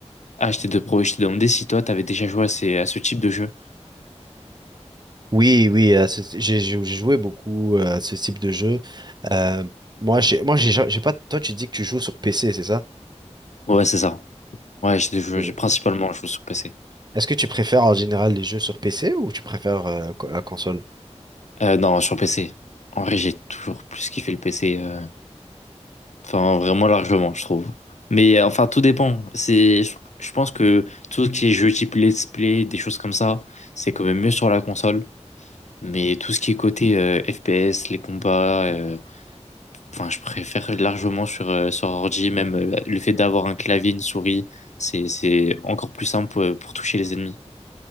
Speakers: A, on the left; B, on the right.
A: Ah, je t'ai de pro, je t'ai demandé si toi, t'avais déjà joué à, ces- à ce type de jeu.
B: Oui, oui, à ce- j'ai j'ai joué beaucoup euh, à ce type de jeu. Euh, moi, j'ai, moi, j'ai ja-, j'ai pas. Toi, tu dis que tu joues sur PC, c'est ça?
A: Ouais, c'est ça. Ouais, j'ai des jeux-
B: Oui.
A: j'ai principalement joué sur PC.
B: Est-ce que tu préfères en général les jeux sur PC ou tu préfères euh, co- la console?
A: Euh, non, sur PC. En vrai, j'ai toujours plus kiffé le PC. euh, Enfin, vraiment largement, je trouve. Mais euh, enfin, tout dépend. C'est, je je pense que tout ce qui est jeu type let's play, des choses comme ça, c'est quand même mieux sur la console. Mais tout ce qui est côté euh, FPS, les combats, euh, enfin, je préfère largement sur, euh, sur ordi. Même euh, le fait d'avoir un clavier, une souris, c'est, c'est encore plus simple pour, pour toucher les ennemis.